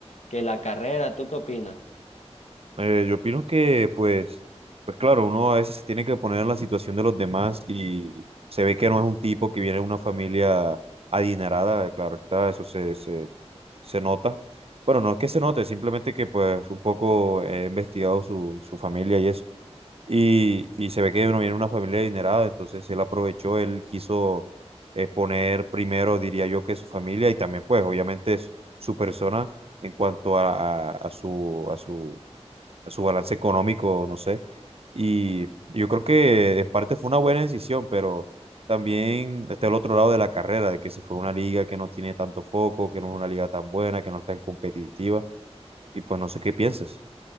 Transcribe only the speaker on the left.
que la carrera? ¿Tú qué opinas?